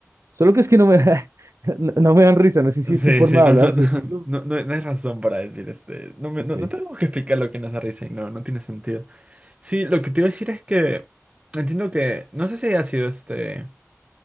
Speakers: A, on the right; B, on the right.
A: solo que es que no me, <laughs> no, no me dan risa, no sé si
B: Sí,
A: es su forma
B: sí,
A: de
B: no,
A: hablar,
B: no, <laughs> no,
A: su estilo.
B: no, no- no hay razón para decir este. No, me-
A: Ok,
B: no, no tenemos que explicar lo que nos da risa y no, no tiene sentido. Sí, lo que te iba a decir es que entiendo que, no sé si ha sido este,